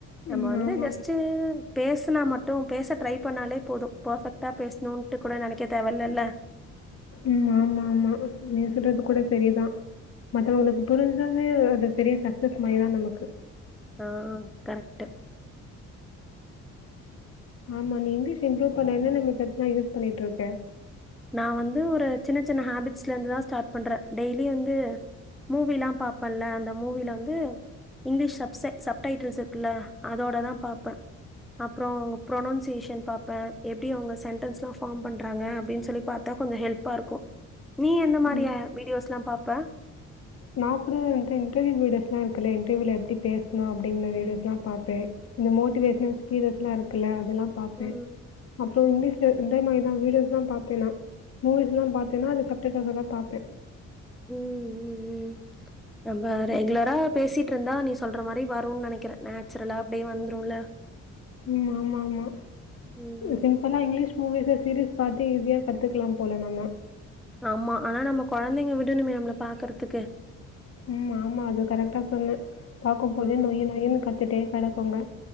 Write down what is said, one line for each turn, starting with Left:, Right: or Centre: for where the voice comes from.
Centre: நம்ம
Left: ம்.
Centre: வந்து
Left: ஆமாமா.
Centre: ஜஸ்ட்டு பேஸ்னா மட்டு பேச ட்ரை பண்ணாலே போது பர்ஃபெக்ட்டா பேசணுன்ட்டு கூட நெனைக்க தேவயில்லல
Left: ம் ஆமா ஆமா நீ சொல்றது கூட சரிதா மத்தவங்களுக்கு புரிஞ்சாவே அது பெரிய சக்சஸ் மாரிதா நமக்கு
Centre: ஆ கரெக்ட்டு
Left: ஆமா நீ இங்கிலீஷ் இம்ப்ரூவ் பண்ண என்னன்ன மெத்தட்ஸ்லா யூஸ் பண்ணிட்ருக்க
Centre: நா வந்து ஒரு சின்ன சின்ன ஹேபிட்ஸ்ல இருந்துதா ஸ்டார்ட் பண்ற டெய்லியு வந்து மூவில்லா பாப்பல்ல அந்த மூவில வந்து இங்கிலீஷ் ஷப் சே சப் டைட்டில்ஸ் இருக்குல அதோட தா பாப்ப அப்றோ அவுங்க ப்ரொனன்சியேஷன் பாப்ப எப்டி அவுங்க சென்டன்ஸ்லா ஃஅபார்ம் பண்றாங்க அப்டின் சொல் சொல்லி பாத்தா கொஞ்சோ ஹெல்ப்பா இருக்கு நீ எந்த மாரி
Left: ம்.
Centre: வீடியோஸ்லா பாப்ப
Left: நா கூட இந்த இன்டர்வியூ வீடியோஸ்லா இருக்குல இன்டர்வியூல எப்டி பேசணு அப்டிங்கிற வீடியோஸ்லா பாப்பே இந்த மோட்டிவேஷ்னல் ஸ்பீசஸ்ல்லா இருக்குல்ல அதல்லா பாப்பே
Centre: ம்
Left: அப்றோ இங்கிலீஷ்ல இந்தே மாரிதா வீடியோஸ்தா பாப்பே நா மூவிஸ்லா பாத்தன்னா அது சப்டக்காகதா பாப்பே
Centre: ம் ம் ம் நம்ம ரெகுலரா பேசிட்ருந்தா நீ சொல்ற மாரி வருன் நெனக்கிற நேச்சுரலா அப்டியே வந்துருல
Left: ம் ஆமா ஆமா
Centre: ம்
Left: சிம்பிளா இங்கிலீஷ் மூவிஸ் சீரிஸ் பாத்து ஈஸியா கத்துக்லா போல நம்ம
Centre: ஆமா ஆனா நம்ம கொழந்தைங்க விடணுமே நம்மள பாக்கறதுக்கு
Left: ம் ஆமா அது கரெக்டா சொன்ன பாக்கும் போதே
Centre: ம்
Left: நொய் நொய்ன்னு கத்திட்டே கெடக்குங்க